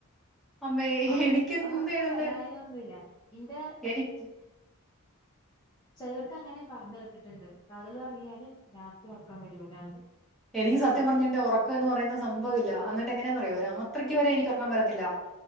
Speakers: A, in the centre; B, on the left (about 20°).
A: അമ്മേ
B: ഒറ
A: എനിക്ക് എന്തെയ്ത്ണ്ടേലും
B: ഒറക്കം വരായൊന്നുല്ല ഇന്റെ
A: എനിക്ക്
B: ചെലോർക്ക് അങ്ങനെ പറഞ്ഞു കേട്ടിട്ടുണ്ട് പകൽ ഒറങ്ങിയാല് രാത്രി ഒർക്കം വരൂലാന്ന്
A: എനിക്ക് സത്യം പറഞ്ഞ്ണ്ടെ ഒറക്കം എന്ന് പറയുന്ന സംഭവം ഇല്ല എന്നിട്ട് എങ്ങനാന്ന് അറിയോ രാത്രിക്ക് വരെ എനിക്ക് ഒറക്കം വരത്തില്ല